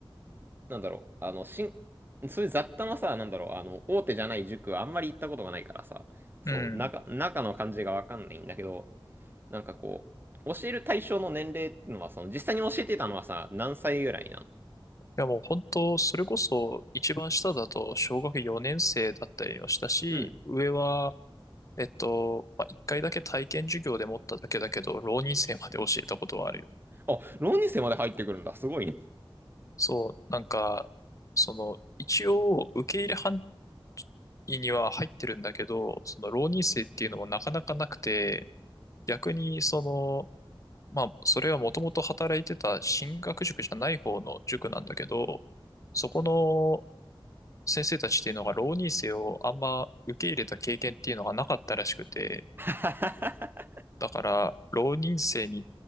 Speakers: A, on the right; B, on the left.
A: なんだろう、あの、しん、そういう雑多なさ、なんだろう、あの、大手じゃない塾はあんまり行ったことがないからさ、そう、
B: うん。
A: 中、
B: い
A: 中の感じがわかんないんだけど、なんかこう、教える対象の年齢ってのは、その、実際に教えてたのはさ、何歳ぐらいなの
B: やもう本当、それこそ一番下だと小学4年生だったりをしたし、
A: うん。
B: 上は、えっと、まあ、1回だけ体験授業で持っただけだけど、浪人生まで教えたことはある
A: あ、浪人生まで入ってくるんだ。すごいね。
B: そう、なんか、その、一応、受け入れ範囲には入ってるんだけど、その浪人生っていうのもなかなかなくて、逆に、その、まあ、それはもともと働いてた進学塾じゃない方の塾なんだけど、そこの先生たちっていうのが浪人生をあんま受け入れた経験っていうのがなかったらしくて、
A: <laughs>
B: だから、浪人生にっ